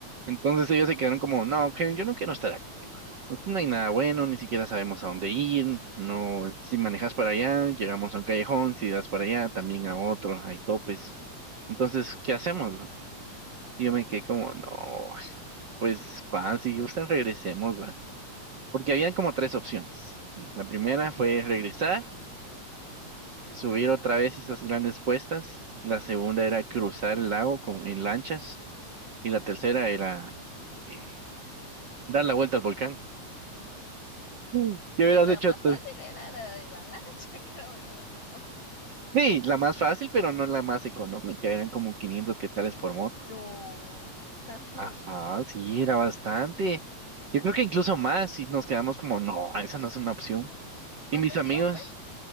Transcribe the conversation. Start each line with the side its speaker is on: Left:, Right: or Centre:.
Right: Entonces ellos se quedaron como, no, Kevin, yo no quiero estar aquí. man. Aquí no hay nada
Left: ah,
Right: bueno, ni siquiera sabemos a dónde ir, no, si manejas para allá, llegamos a un callejón, si das para allá, también a otro, hay topes. Entonces, ¿qué hacemos? man?". Y yo me quedé como, no, pues
Left: <laughs>
Right: va, si gustan regresemos, va. Porque habían como tres opciones. Y La primera fue regresar y subir otra vez esas grandes cuestas. La segunda era cruzar el lago con, en lanchas. Y la tercera era eh, dar la vuelta al volcán. Mm. ¿Qué
Left: Pues
Right: hubieras
Left: la
Right: hecho
Left: más
Right: tú?
Left: fácil era la de la lancha, <laughs> creo yo, ¿no?
Right: Sí, la más fácil, pero no la más económica. Eran como 500 quetzales por moto.
Left: No, tanto.
Right: Ajá, sí, era bastante. Yo creo que incluso más si nos quedamos como, no, esa no es una opción.
Left: ¿Cuántos
Right: Y mis amigos,
Left: iban, pues?